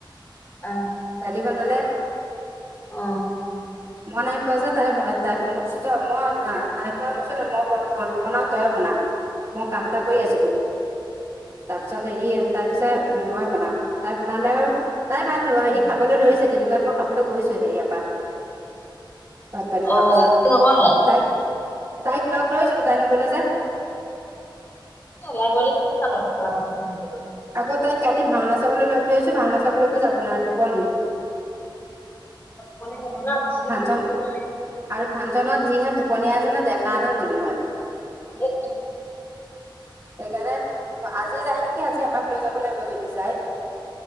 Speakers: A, on the left; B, on the right.
A: আহ।
B: কি বনালে?
A: অ।
B: মই নাই খোৱা যে। তাই তাই মোকচো তই মই নাই খোৱা মইচোন মই ব বনা তই বনা মই কাম এটা কৰি আছিলো। তাৰপিছত হেৰি তাই কৈছে মই বনাও। তাই বনালে আৰু। তাই ভাতো হেৰি
A: অ'
B: খাবলৈ ধৰিছে তেনেকুৱাত মই খাবলৈ গৈছোহে ইয়াৰ পা ভাত পানী হোৱাৰ
A: অ'
B: পিছত
A: নগলে
B: তাইক তাইক লগ ধইছিলো তাই নেগ'লে যে
A: যোগা কৰি লৈছে নো চাদৰ মেখেলা <unintelligible> পিন্ধিবলৈ
B: আকৌ তাইক কালি ভাওনা চাবলৈ লগ ধৰিছো ভাওনা চাবলৈকো যাব নোৱাৰে টোপনি।
A: টোপনি ক্ষতি
B: ফাংচন
A: কৰিব নোৱাৰে
B: আৰু ফাংচনত যিহে টোপনীয়া আছে নহয় দেখা হেতেন ক'লি হয়।
A: <unintelligible>
B: সেইকাৰণে আজি যাই নিকি আজি এপাক লৈ যাব লাগিব যদি যাই।